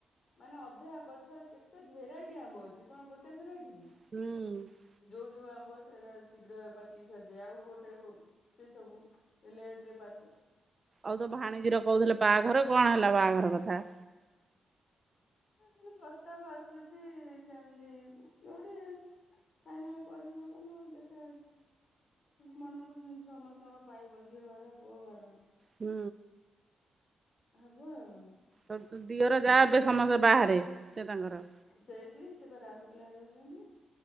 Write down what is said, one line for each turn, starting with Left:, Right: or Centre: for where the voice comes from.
Left: ମାନେ ଅଧା ଗଛର କେତେ ଭେରାଇଟି ଆମ୍ବ ଅଛି କଣ ଗୋଟେ ଭେରାଇଟି କି।
Right: ହୁଁ।
Left: ଯୋଉ ଯୋଉ ଆମ୍ବ ସେଇରା ଶୀଘ୍ର ପାଚିକି ସଢିଯାଏ। ଆଉ ଗୋଟେ ସେସବୁ ଏ ଲେଟ୍ ରେ ପାଚେ।
Right: ଆଉ ତୋ ଭାଣେଜି ର କହୁଥିଲେ ବାହାଘର କଣ ହେଲା ବାହାଘର କଥା?
Left: କିନ୍ତୁ ପ୍ରସ୍ତାବ ଆସୁଚି ସେମିତି ଯୋଉଠି ଫାଇନାଲ୍ କରିବେ ହବ ନା। ଦେଖା ମନକୁ ଯେମିତି ସମସ୍ତଙ୍କର ପାଇବ ଝିଅ ଘରର ପୁଅ ଘରର।
Right: ହୁଁ।
Left: ହବ ଆଉ।
Right: ତୋ ଦିଅର ଯା ଏବେ ସମସ୍ତେ ବାହାରେ ସେ ତାଙ୍କର।
Left: ସେଇଠି ସେ ପା ରାଉରକେଲାରେ ରହୁଛନ୍ତି।